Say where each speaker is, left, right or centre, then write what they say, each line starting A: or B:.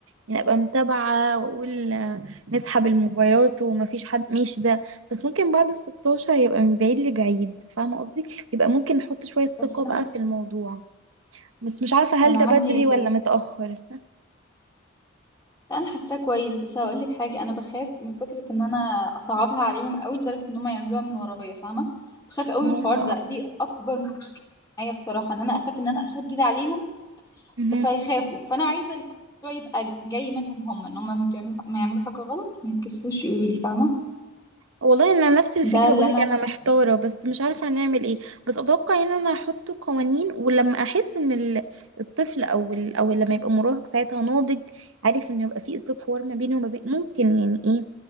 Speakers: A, on the right; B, on the left.
A: يعني ابقى متابعه واقول آه، نسحب الموبايلات ومفيش حد مش ده بس ممكن بعد ال 16 يبقى من بعيد لبعيد فاهمه قصدي يبقى ممكن نحط شويه ثقه
B: بس
A: بقى
B: انا
A: في الموضوع بس مش عارفه هل
B: انا
A: ده
B: عندي
A: بدري ولا متاخر
B: لا انا حاساه كويس بس هقول لك حاجه انا بخاف من فكره ان انا اصعبها عليهم قوي لدرجه ان هم يعملوها من ورايا فاهمه بخاف قوي
A: ما
B: من
A: هو
B: الحوار
A: اه
B: ده دي اكبر مشكله معايا بصراحه ان انا اخاف ان انا اشدد عليهم
A: مهم.
B: فيخافوا فانا عايزه الموضوع يبقى جاي منهم هم ان هم ما بيعملوا ما يعملوا حاجه غلط ما يتكسفوش يقولوا لي فاهمه
A: والله انا نفس الفكره
B: ده اللي
A: بقولك
B: انا
A: انا محتاره بس مش عارفه هنعمل ايه بس اتوقع ان انا هحط قوانين ولما احس ان ال- الطفل او ال... او لما يبقى مراهق ساعتها ناضج عارف ان يبقى في اسلوب حوار ما بينه وما بين ممكن يعني ايه